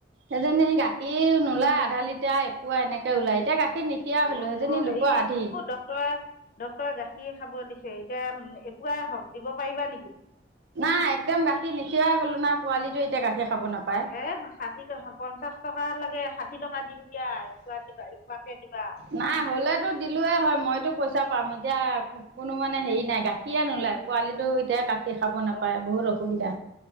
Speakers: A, on the right; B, on the left.
A: সেইজনী গাখীৰ নোলায় আধা লিটাৰ এপোৱা এনেকে ওলাই এতিয়া গাখীৰ নিখিৰা
B: অ
A: হলো সেইজনী
B: মোৰ
A: লোকৰ
B: হেৰি
A: আধি
B: মোকো ডক্তয়ে ডক্তৰে গাখীৰ খাব দিছে এতিয়া এপোৱা হওক দিব পাৰিবা নেকি
A: নাই একদম গাখীৰ নিখিয়াই হ'লো না পোৱালিটো এতিয়া গাখীৰ খাব নাপায়
B: <unintelligible> কি হব পঞ্চাশ টকা লাগে ষাঠি টকা দিম দিয়া এপোৱা দিবা এপোৱাকে দিবা
A: নাই হ'লেতো দিলোৱে হয় মইতো পইচা পাম এতিয়া কোনো মানে হেৰি নাই গাখীয়ে নোলায় পোৱালিতো এতিয়া গাখীৰ খাব নাপায়
B: হয়।
A: বহুত অসুবিধা